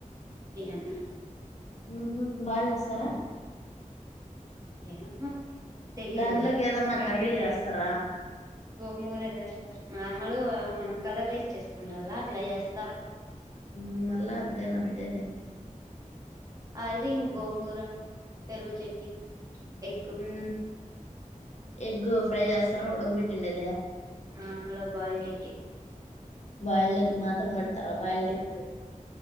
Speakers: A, on the right (about 25°); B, on the left (about 55°).
A: మ్
B: ఉహు బాగ చేస్తారా
A: ఏమో తెలీదు
B: దాంట్లోకి ఏదన్నా
A: సరిగా
B: కర్రీ
A: చేయరు
B: చేస్తారా
A: గోంగూర చేస్తారు నార్మల్గా మనం కలర్ రైస్ చేసుకుంటడ్లా అట్లా చేస్తారు
B: ఉ మళ్లా అంతేనా బెట్టేది
A: అది గోంగూర పెరుగు చట్నీ ఎగ్గు
B: మ్మ్. ఎగ్ ఫ్రై చేస్తారా ఉడగబెట్టిండేద
A: ఆ బౌల్డ్ ఎగ్ యే
B: బాయిల్డ్ ఎగ్ మాత్రమే పెడతారా బైల్డ్ ఎగ్